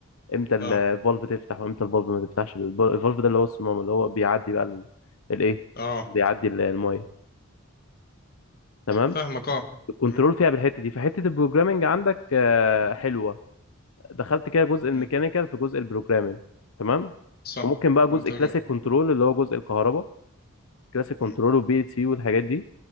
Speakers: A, on the left; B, on the left.
A: امتى الفالف
B: اه
A: تفتح وامتى الفالف ما تفتحش الفالف ده اللي هو الصمام اللي هو بيعدي بقى ال- الايه
B: اه
A: بيعدي ال- الميه تمام
B: فاهمك اه
A: كنترول
B: مم،
A: فيها بالحته دي فحته البروجرامنج عندك آه، حلوه دخلت كده جزء الميكانيكال
B: مم،
A: في جزء البروجرامنج تمام
B: صح
A: وممكن بقى جزء
B: منطقة
A: كلاسيك كنترول اللي هو جزء الكهرباء كلاسيك كنترول
B: مم،
A: وبي ال سي والحاجات دي